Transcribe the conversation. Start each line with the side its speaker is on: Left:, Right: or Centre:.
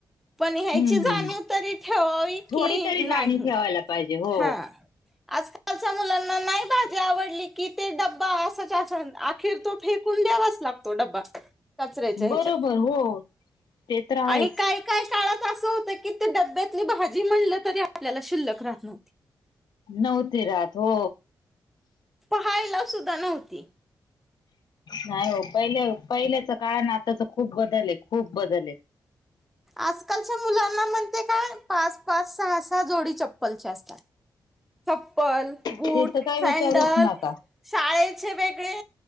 Centre: पण ह्याची
Left: हम्म
Centre: जाणीव
Left: हम्म.
Centre: तरी ठेवावी
Left: थोडी
Centre: की
Left: तरी
Centre: नाही
Left: जाणीव ठेवायला पाहिजे हो
Centre: हा. आजकालच्या मुलांना नाही भात भाजी आवडली कि ते डबा आसच्या असान अख्खी तो फेकून द्यावाच लागतो डब्बा. कचऱ्याच्या ह्याच्यात
Left: बरोबर हो ते तर आहेच
Centre: आणि काय काही काळात असं होत की, ते डब्यातली भाजी म्हणलं तरी आपल्याला शिल्लक राहत नव्हती.
Left: नव्हते राहत हो.
Centre: पहायला सुद्धा नव्हती.
Left: नाही हो पहिल्या पहिल्याच काळान आता तर खूप बदल आहे खूप बदल आहे.
Centre: आजकालच्या मुलांना म्हणते काय पाच-पाच, सहा-सहा जोडी चप्पलचे असतात. चप्पल, बूट,
Left: ते तर काय
Centre: सॅंडल
Left: विचारूच नका
Centre: शाळेचे वेगळे,